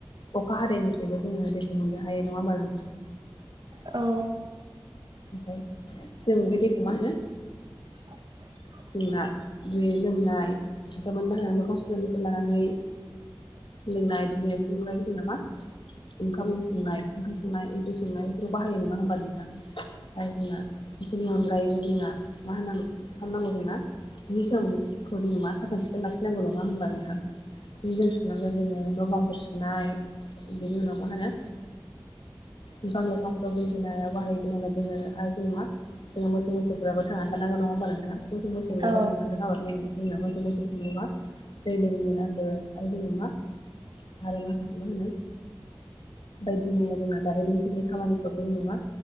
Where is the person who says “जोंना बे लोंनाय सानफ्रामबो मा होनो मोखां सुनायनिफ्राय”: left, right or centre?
Left